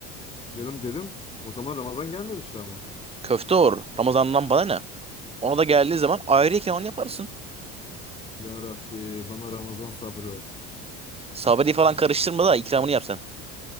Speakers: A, on the left; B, on the right.
A: Canım dedim. O zaman Ramazan gelmemişti ama.
B: Köfte or. Ramazan'dan bana ne? Ona da geldiği zaman ayrı ikramını yaparsın.
A: Ya Rabbi bana Ramazan sabrı ver.
B: Sabri falan karıştırma da ikramını yap sen.